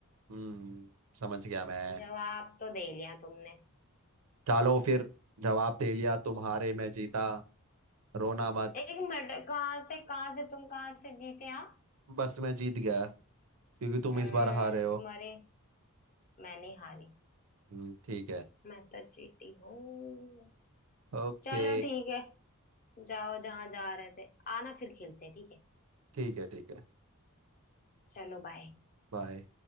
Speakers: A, on the right; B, on the left.
A: हम्म समझ गया मैं
B: जवाब तो दे लिया तुमने
A: चलो फिर जवाब दे लिया तुम्हारे मैं जीता रोना मत
B: एक मिनट कहाँ से कहाँ से तुम कहाँ से जीते आप
A: बस मैं जीत गया क्योंकि तुम
B: हम्म
A: इस बार हारे हो
B: तुम्हारे मैं नहीं हारी
A: हम्म, ठीक है
B: मैं तो जीती हूँ
A: ओके
B: चलो ठीक है जाओ जहां जा रहे थे आना फिर खेलते हैं ठीक है
A: ठीक है ठीक है
B: चलो बाय
A: बाय